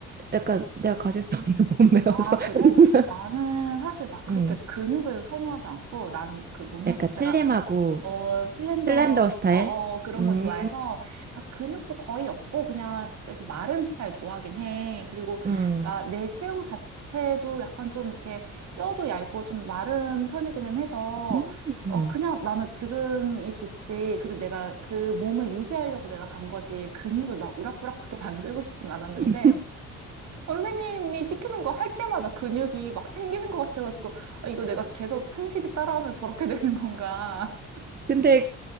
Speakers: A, on the right; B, on the right.
A: 약간 내가 가질 수 없는 몸매여서.
B: 아, 그래?
A: <laughs>
B: 나는 사실 막 그렇게
A: 음.
B: 근육을 선호하지 않고 나는 그 몸매
A: 약간
B: 자체가
A: 슬림하고,
B: 어, 슬렌더,
A: 슬렌더 스타일?
B: 어, 어, 그런
A: 음,
B: 거 좋아해서, 그러니까 근육도 거의 없고, 그냥, 그래서 마른 스타일 좋아하긴 해. 그리고,
A: 음,
B: 나, 내 체형 자체도 약간 좀 이렇게 뼈도 얇고 좀 마른 편이기는 해서,
A: 음. 음.
B: 어, 그냥 나는 지금이 좋지. 그리고 내가 그 몸을 유지하려고 내가 간 거지. 근육을 막 우락부락하게 <laughs> 만들고 싶진 않았는데,
A: <laughs> 음.
B: 선생님이 시키는 거 할 때마다 근육이 막 생기는 것 같아가지고, 아, 이거 내가 계속 성실히 따라하면 저렇게 되는 건가.
A: 근데